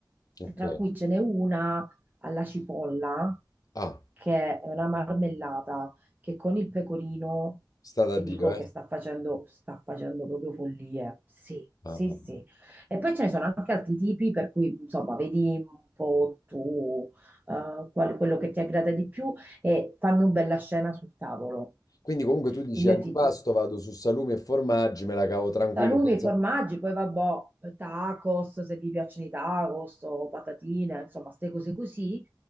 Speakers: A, on the left (about 50°); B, on the right (about 25°).
A: ok.
B: tra cui ce n'è una alla cipolla,
A: Ah,
B: che è una marmellata che con il pecorino
A: sta da
B: ti
A: Dio,
B: dico
A: eh.
B: che sta facendo, sta facendo proprio follie. Sì, sì,
A: Ah, ah.
B: sì. E poi ce ne sono anche altri tipi, per cui insomma, vedi un po' tu eh, quale- quello che ti aggrada di più e fanno una bella scena sul tavolo.
A: Quindi comunque tu dici
B: Quindi
A: antipasto,
B: io ti
A: vado su salumi e formaggi, me la cavo tranquillo
B: Salumi,
A: senza...
B: formaggi, poi vabbè, tacos, se vi piacciono i tacos o patatine, insomma, queste cose così.